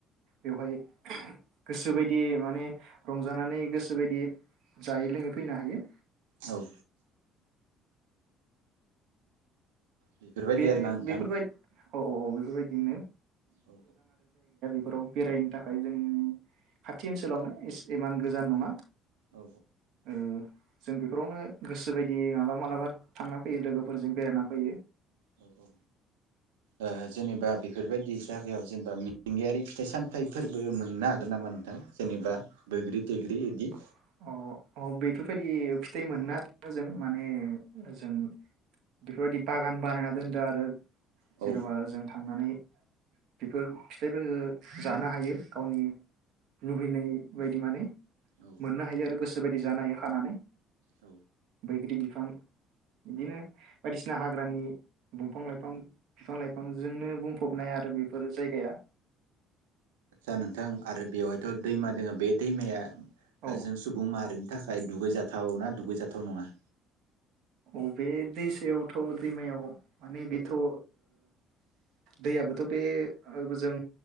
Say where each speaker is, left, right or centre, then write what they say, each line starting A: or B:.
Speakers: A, on the right; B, on the right.
A: बेवहाय गोसोबायदि माने रंजानानै गोसोबायदि जायै लोङै फैनो हायो।
B: औ। बेफोरबायदि
A: बे
B: आर ना नोंथां।
A: बेफोरबाय औ औ औ बेफोरबायदिनो।
B: औ
A: <unintelligible> बेफोराव बेरायनो थाखाय जों खाथि ओनसोलावनो इमान गोजान नङा
B: औ
A: ओ जों बेफोरावनो गोसो बायदि मालाबा मालाबा थांना फैयो लोगोफोरजों बेरायना फैयो।
B: औ औ ओ जेनेबा बेफोरबायदि जायगायाव जेनेबा मिथिंगायारि फिथाइ सामथायाइफोरबो मोननो हागोन नामा नोंथां जेनेबा बैग्रि थैग्रि बिदि।
A: अ अ बेफोरबायदि फिथाइ मोनना जों माने ओ जों बेफोरबायदि बागान बानायना दोनदों आरो।
B: औ
A: जेन'बा जों थ थांनानै बेफोर फिथाइफोरफोरखौ जानो हायो गावनि लुबैनाय बायदि माने
B: औ
A: मोननो हायो आरो गोसो बायदि जानो हायो खानानै
B: औ
A: बैग्रि बिफां बिदिनो बायदिसिना हाग्रानि दंफां लाइफां बिफां लाइफां जोंनो बुंफबनाय हा आरो बेफोर जायगाया
B: जा नोंथां आरो बेवहायथ' दैमा दोंङो बे दैमाया
A: औ
B: जों सुबुं माहारिनि थाखाय दुगैजाथाव ना दुगैजाथाव नंङा
A: अ बे दैसायावथ' दैमायाव माने बेथ' ओ दैयाबोथ' बेजों